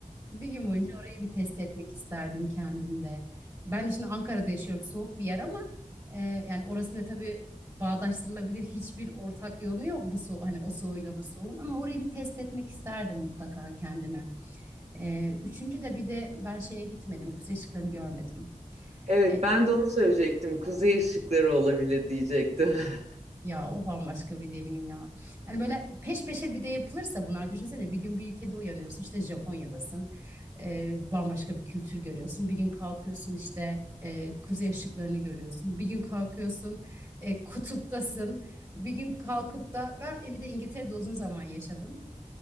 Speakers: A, on the right; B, on the right.
A: Bir gün boyunca orayı bir test etmek isterdim kendimde. Ben de şimdi Ankara'da yaşıyorum, soğuk bir yer ama e, yani orasıyla tabii bağdaştırılabilir hiçbir ortak yönü yok bu soğuk hani o soğuyla bu soğuğun ama orayı bir test etmek isterdim mutlaka kendime. E, üçüncü de bir de ben şeye gitmedim, kuzey ışıklarını görmedim.
B: Evet
A: E,
B: ben de onu söyleyecektim. Kuzey ışıkları olabilir diyecektim. <laughs>
A: Ya o bambaşka bir deneyim ya. Yani böyle peş peşe bir de yapılırsa bunlar düşünsene bir gün bir ülkede uyanıyorsun işte Japonya'dasın. Ee, bambaşka bir kültür görüyorsun. Bir gün kalkıyorsun işte e, kuzey ışıklarını görüyorsun. Bir gün kalkıyorsun e, kutuptasın. Bir gün kalkıp da ben e, bir de İngiltere'de uzun zaman yaşadım.